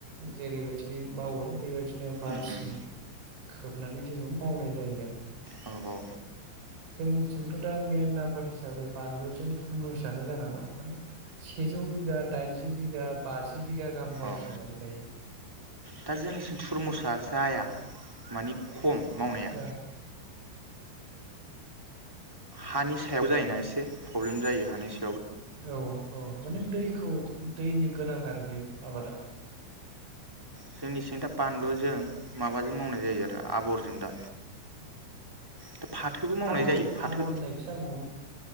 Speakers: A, on the right (about 70°); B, in the centre.
A: जेरैबायदि मावो बेबायदिनो मालसिं
B: उम उम
A: खोबनानै जोंङो मावनाय जायो आरो।
B: औ औ
A: जोंनि जोंथ' दा मेन आबाद हिसाबै बानलुजों थुरमुसानो जानानै दं माने सेजौ बिगा दाइनजि बिगा बाजि बिगा गाहाम मावसै
B: औ
A: माने दायो।
B: दा जोंनिसिम थुरमुसा जाया मानि खम। मावनाया
A: ओ <inaudible>
B: हानि सायाव जायोना एसे। प्रब्लेम जायो हानिस
A: औ औ माने दैखौ दैनि गोनां आरो बे आबादा।
B: जोंनि सिं दा बानलुजों माबाजों मावनाय जायो आरो आबरजों दा। दा फाथोबो मावनाय
A: आबर
B: जायो फाथो
A: आबर होननायखौसो आं हम